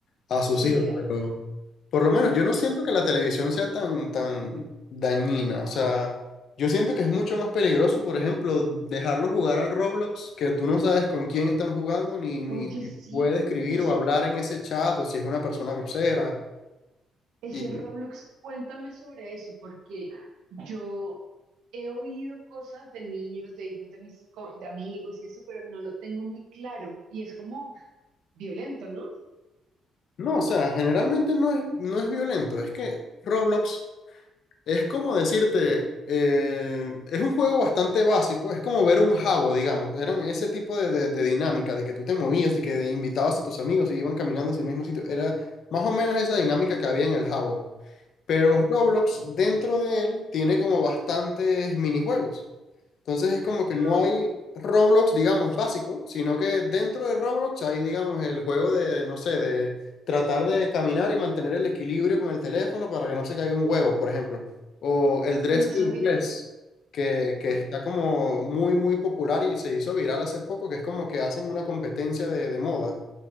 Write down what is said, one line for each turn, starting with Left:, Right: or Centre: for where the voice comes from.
Left: a sus
Right: Sí,
Left: hijos.
Right: de acuerdo.
Left: Pero por lo menos yo no
Right: Sí,
Left: siento
Right: sí, sí.
Left: que la televisión sea tan, tan dañina. O sea, yo siento que es mucho más peligroso, por ejemplo, dejarlos jugar al Roblox, que tú no sabes con quién están jugando, ni, ni
Right: Oye,
Left: si
Right: sí,
Left: puede escribir
Right: es,
Left: o hablar en ese chat, o si es una persona grosera.
Right: ese
Left: Y
Right: Roblox, cuéntame sobre eso, porque yo he oído cosas de niños, de hijos de mis co- de amigos y eso, pero no lo tengo muy claro. Y es como violento, ¿no?
Left: no, o sea, generalmente no es, no es violento. Es que Roblox. Es como decirte, eh, es un juego bastante básico, es como ver un jabo, digamos. Eran ese tipo de, de- de dinámica, de que tú te movías y que invitabas a tus amigos y iban caminando hacia el mismo sitio. Era más o menos esa dinámica que había en el jabo. Pero
Right: Ya.
Left: Roblox, dentro de él, tiene como bastantes minijuegos. Entonces es como
Right: Ah.
Left: que no hay Roblox, digamos, básico, sino que dentro de Roblox hay, digamos, el juego de, no sé, de tratar de caminar y mantener el equilibrio con el teléfono para que no se caiga un huevo, por ejemplo. O el
Right: <laughs>
Left: Dress
Right: Ah, no sabía.
Left: to Impress, que, que
Right: Ok.
Left: está como muy, muy popular y se hizo viral hace poco, que es como que hacen una competencia de, de moda.